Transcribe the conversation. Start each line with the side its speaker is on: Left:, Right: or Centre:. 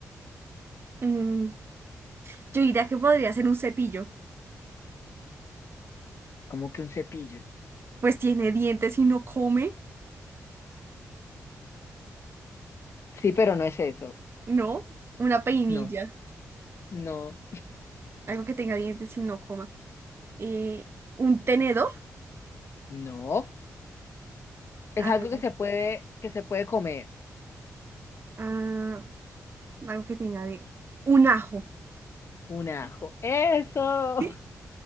Right: Mm, yo diría que podría ser un cepillo.
Left: Como que un cepillo.
Right: Pues tiene dientes y no come.
Left: Sí, pero no es eso.
Right: No, una peinilla,
Left: No, no,
Right: algo que tenga dientes y no coma. Eh, un tenedor,
Left: no. Es
Right: algo,
Left: algo que se puede, que se puede comer.
Right: ah, algo que tenga dientes. Un ajo.
Left: Un ajo. Eso.
Right: <laughs>